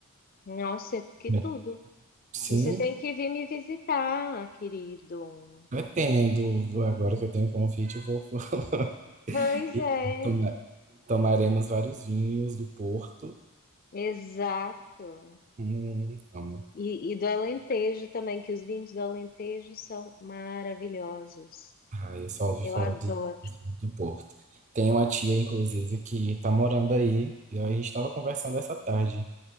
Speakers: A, on the left; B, on the right.
A: nossa, que
B: Bem,
A: tudo.
B: sim,
A: Você tem que vir me visitar, querido.
B: pretendo, agora que eu tenho convite, eu vou <laughs>
A: Pois
B: e
A: é,
B: toma- tomaremos vários vinhos do Porto.
A: exato.
B: Hum, amo.
A: E, e do Alentejo também, que os vinhos do Alentejo são maravilhosos.
B: Ah, eu só ouvi
A: Eu
B: falar
A: adoro.
B: de, de- do Porto. Tem uma tia, inclusive, que tá morando aí, e a gente tava conversando essa tarde.